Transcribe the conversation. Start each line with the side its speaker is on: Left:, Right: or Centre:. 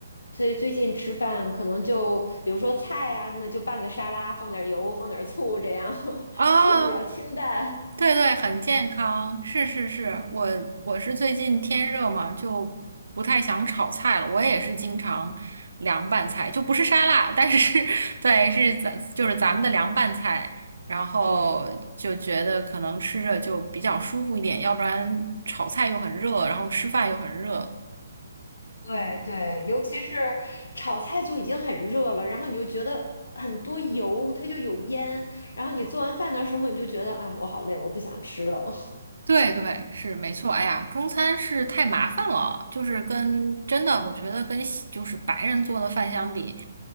Left: 所以最近吃饭可能就比如说菜呀、那就拌个沙拉，放点油，放点醋，这样 <laughs>
Right: 哦
Left: 吃的比较清淡。
Right: 对对，很健康，是是是，我我是最近天热嘛，就不太想炒菜了。我也是经常凉拌菜，就不是沙拉，但是是 <laughs> 对，是咱就是咱们的凉拌菜，然后就觉得可能吃着就比较舒服一点，
Left: 嗯
Right: 要不然炒菜又很热，然后吃饭又很热，
Left: 对对，尤其是炒菜就已经很热了，然后你就觉得很多油，它就有烟，然后你做完饭的时候，你就觉得啊，我好累，我不想吃了。<laughs>
Right: 对对，是没错。哎呀，中餐是太麻烦了，就是跟真的，我觉得跟西就是白人做的饭相比，